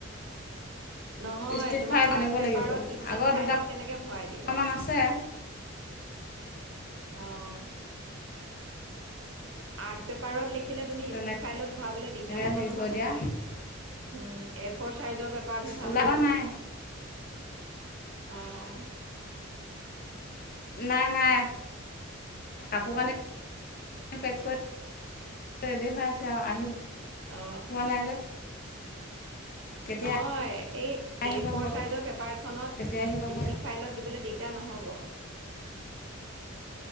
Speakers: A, on the right; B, on the left.
A: নহয়
B: ষ্টিক
A: তোমাৰ
B: ফাইল
A: আৰ্ট
B: আনিব
A: পেপাৰত
B: লাগিব
A: ষ্টিক
B: আগৰ
A: ফাইলত কেনেকে ভৰাই দিবা?
B: দুটামান আছে
A: আহ আৰ্ট পেপাৰত লিখিলে তুমি
B: তেনেকৈ
A: ষ্টিক ফাইলত ভৰাবলৈ দিগদাৰ হ'ব
B: হেৰি
A: নহয়
B: কৰি
A: উম
B: দিয়া
A: এ ফৰ চাইজৰ পেপাৰতহে ভাল
B: ওলাব
A: হ'ব।
B: নাই
A: আহ
B: নাই নাই। কাপোৰ কানি পেক কৰি ৰেডি হৈ আছে পোৱা
A: অ
B: নাই যে কেতিয়া
A: নহয় এই
B: আহি
A: এ
B: পাব
A: ফৰ চাইজৰ পেপাৰ খনত
B: কেতিয়া আহি পাব
A: ষ্টিক ফাইলত দিবলৈ দিগদাৰ নহব